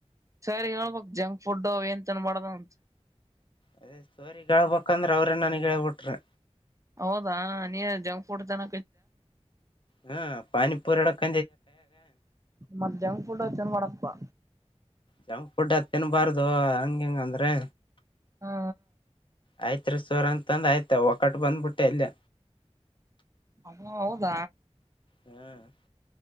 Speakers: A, on the right; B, on the left.
A: ಸರಿ ಹೇಳ್ಬಕ್ ಜಂಕ್ ಫುಡ್ ಅವೇನು ತಿನ್ನಬಾಡ ದು ಅಂತ
B: ಅದೇ ಸೋರಿ ಹೇಳ ಬೇಕಂದ್ರೆ ಅವ್ರೇ ನನಗ ಹೇಳಿಬಿಟ್ಟರು
A: ಹೌದಾ ನೀ ಜಂಕ್ ಫುಡ್ ತನ
B: ಹ್ಮ ಪಾನಿಪೂರಡಕ್ಕ
A: ಮತ್ತ ಜಂಕ್ ಫುಡ್ ಚೆಂದ ಮಾಡಬೇಕಪಾ
B: ಜಂಕ್ ಫುಡ್ ತಿನ್ನಬಾರದು ಹಂಗ ಹಿಂಗ ಅಂದ್ರೆ
A: ಹಾ
B: ಆಯ್ತ್ ರೀ ಸರ್ ಅಂತಂದ ಆಯ್ತು ಒಕಟ್ಟ ಬಂದ್ಬಿಟ್ಟೆ ಅಲ್ಲೇ
A: ಹಮೊ ಹೌದಾ
B: ಹ್ಮ್